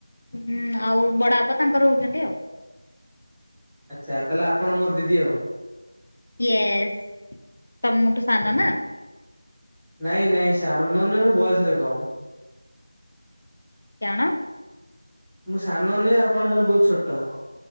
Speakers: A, on the left (about 55°); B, in the centre.
A: ହୁଁ ଆଉ ବଡ ବାପା ତାଙ୍କର ରହୁଛନ୍ତି ଆଉ।
B: ଆଚ୍ଛା ତାହେଲେ ଆପଣ ମୋର ଦିଦି ଆଉ।
A: ୟେଏସ୍ ତ ମୁଠୁ ସାନ ନା।
B: ନାଇଁ ନାଇଁ ସାନ ନୁ ମୁଁ ବୟସରେ କମ୍।
A: କ୍ୟଣ?
B: ମୁଁ ସାନ ନିଏ ଆପଣଙ୍କ ଠାରୁ ବୋହୁତ୍ ଛୋଟ।